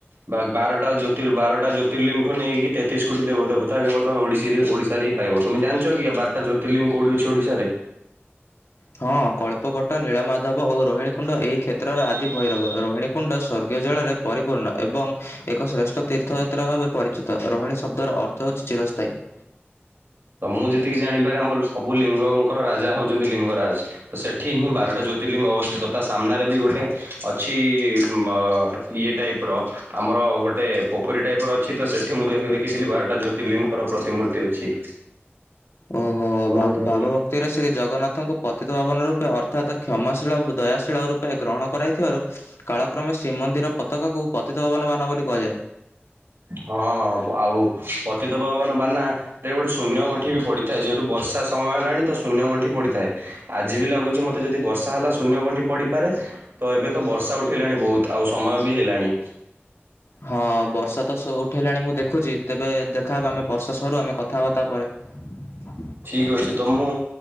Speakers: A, on the right (about 65°); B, on the left (about 85°).
A: ବା ବାରଟା ବାରଟା ଜ୍ୟୋତିର୍ଲିଙ୍ଗ ନେଇକି ତେତିଶ କୋଟି ଦେବ ଦେବତା। କେବଳଓଡିସ। ରେ। ଓଡିଶାରେ ହିଁ ପାଇବ ତମେ ଜାଣିଛ କି ବାରଟା ଜ୍ୟୋତିର୍ଲିଙ୍ଗ କୋଉଠି ଅଛି ଓଡିଶାରେ?
B: ହଁ କଳ୍ପବଟ ନୀଳମାଧବ ଓ ରୋହିଣୀକୁୁଣ୍ଡ ଏହି କ୍ଷେତ୍ରର ଆଦି ଭୈରବ ରୋହିଣୀ କୁଣ୍ଡ ସ୍ୱର୍ଗିଅ ଜଳରେ ପରି ପୂର୍ଣ ଏବଂ ଏକ ଶ୍ରେଷ୍ଠ ତୀର୍ଥଯାତ୍ରା ଭାବେ ପରିଚିତ ରୋହିଣୀ ଶବ୍ଦର ଅର୍ଥ ହେଉଛି ଚିରସ୍ଥାୟୀ। <inaudible>
A: ତ ମୁଁ ଯେତିକି ଜାଣିପାରେ ଆମ ସବୁ ଲିଙ୍ଗଙ୍କର ରାଜା ହଉଛନ୍ତି ଲିଙ୍ଗରାଜ। ତ ସେଠି ହିଁ ବାରଟା ଜ୍ୟୋତିର୍ଲିଙ୍ଗ ଅବସ୍ଥିତ ତଥା ସାମ୍ନାରେ ବି ଗୋଟେ ଅଛି ମଁ ଏଇ ଟାଇପ ର ଆମର ଗୋଟେ ପୋଖରୀ ଟାଇପ ର ଅଛି ତ ସେଇଠି ମୁଁ ଦେଖିଥିଲି ବାରଟା ଜ୍ୟୋତିର୍ଲିଙ୍ଗର ପ୍ରତିମୂର୍ତ୍ତି ଅଛି।
B: ଓହୋ ଭା
A: ଓହୋ।
B: ଭାବ ଭକ୍ତିରେ ଶ୍ରୀ ଜଗନ୍ନାଥଙ୍କୁ ପତିତ ଭାବନ ରୂପେ ଅର୍ଥାତ୍ କ୍ଷମାଶୀଳ ଦୟାଶୀଳ ରୂପେ ଗ୍ରହଣ କରାଇଥିବାରୁ କାଳକ୍ରମେ ଶ୍ରୀମନ୍ଦିର ପତାକାକୁ ପତିତପାବନ ବାନା ବୋଲି କୁହାଯାଏ।
A: ହଁ ଆଉ ପତିତ ଭବାନ ବାନା ରେ ଗୋଟେ ଶୂନ୍ୟ ଗଣ୍ଠି ବି ପଡିଥାଏ ଯଠୁ ବ ବର୍ଷା ସମୟ ହେଲାଣି ତ ଶୂନ୍ୟ ଗଣ୍ଠି ପଡ଼ିଥାଏ ଆଜି ବି ଲାଗୁଛି ମୋତେ ଯଦି ବର୍ଷା ହେଲା ଶୂନ୍ୟ ଗଣ୍ଠି ପଡ଼ିପାରେ ତ ଏବେ ତ ବର୍ଷା ଉଠେଇଲାଣି ବହୁତ ଆଉ ସମୟ ବି ହେଲାଣି
B: ହଁ ବର୍ଷା ତ ଉଠେଇଲାଣି ମୁଁ ଦେଖୁଛି ତେବେ ଦେଖାହବ ଆମେ ବର୍ଷା ସରୁ ଆମେ କଥାବାର୍ତ୍ତା ପରେ।
A: ଠିକ ଅଛି ତ ମୁଁ